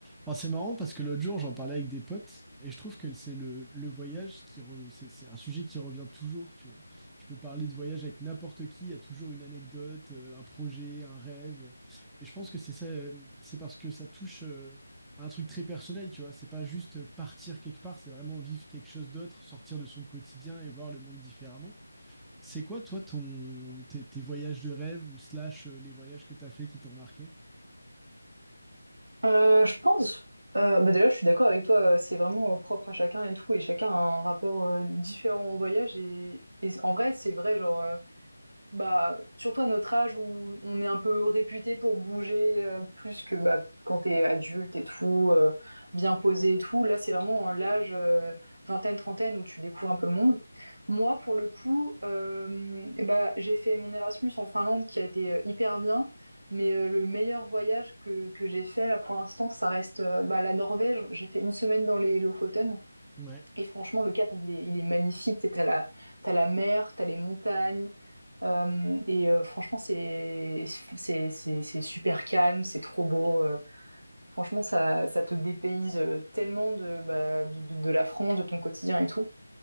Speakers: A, in the centre; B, on the right (about 70°).
A: Enfin, c'est marrant parce que l'autre jour, j'en parlais avec des potes et je trouve que c'est le, le voyage qui re- c'est c'est un sujet qui revient toujours, tu vois. Tu peux parler de voyage avec n'importe qui, il y a toujours une anecdote, euh, un projet, un rêve. Et je pense que c'est ça, euh, c'est parce que ça touche euh, à un truc très personnel, tu vois. C'est pas juste partir quelque part, c'est vraiment vivre quelque chose d'autre, sortir de son quotidien et voir le monde différemment. C'est quoi, toi, ton, tes, tes voyages de rêve ou slash euh, les voyages que tu as fait qui t'ont marqué?
B: Euh, je pense, euh, bah déjà je suis d'accord avec toi, euh, c'est vraiment euh, propre à chacun et tout, et chacun a un rapport euh, différent au voyage, et, et en vrai c'est vrai, genre euh, bah, surtout à notre âge où on est un peu réputé pour bouger euh, plus que bah, quand t'es adulte et tout, euh, bien posé et tout. Là, c'est vraiment euh, l'âge euh, vingtaine, trentaine où tu découvres un peu le monde. Moi, pour le coup, euh, eh bah, j'ai fait mon Erasmus en Finlande qui a été euh, hyper bien. Mais euh, le meilleur voyage que, que j'ai fait là pour l'instant, ça reste euh, bah, la Norvège. J'ai fait une semaine dans les Lofoten.
A: Ouais.
B: Et franchement, le cadre, il est, il est magnifique. T'as la, t'as la mer, t'as les montagnes, euh, et euh, franchement, c'est c'est c'est c'est super calme, c'est trop beau. euh. franchement, ça ça te dépayse euh, tellement de, bah, de de de la France, de ton quotidien et tout.